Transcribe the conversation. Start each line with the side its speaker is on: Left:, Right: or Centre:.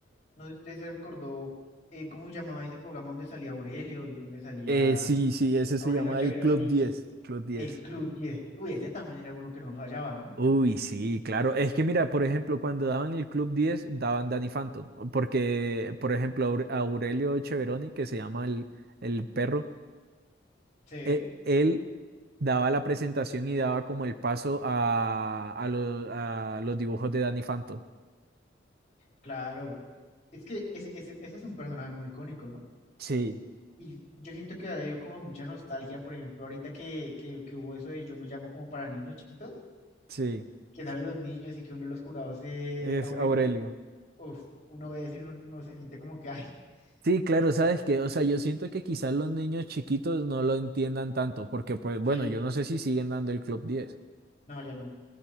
Left: No sé si usted se recordó eh, cómo se llamaba ese programa donde salía Aurelio y donde salía
Right: Eh, sí, sí, ese
Left: Aurelio
Right: se llama
Left: Cheverón
Right: el Club
Left: y
Right: Diez, Club Diez.
Left: el Club diez Uy, ese también era uno que no fallaba, ¿no?
Right: Uy, sí, claro. Es que mira, por ejemplo, cuando daban el Club Diez daban Danny Phantom. Porque, por ejemplo, Aure- Aurelio Cheveroni, que se llama el, el perro,
Left: Sí,
Right: e- él daba la presentación y daba como el paso a, a, lo- a los dibujos de Danny Phantom.
Left: claro. Es que ese, ese, ese es un personaje muy icónico, ¿no?
Right: Sí,
Left: Y yo siento que le dio como mucha nostalgia, por ejemplo, ahorita que, que, que hubo eso de Yo me llamo como para niños chiquitos,
Right: sí,
Left: que salen los niños y que uno de los jurados es
Right: es
Left: Aurelio.
Right: Aurelio.
Left: Uf, uno ve eso y uno, uno se siente como que, ay,
Right: Sí, claro,
Left: literal,
Right: sabes que, o sea, yo siento que quizás los niños chiquitos no lo entiendan tanto, porque pues, bueno,
Left: sí,
Right: yo no sé si siguen dando el Club Diez.
Left: no, ya no.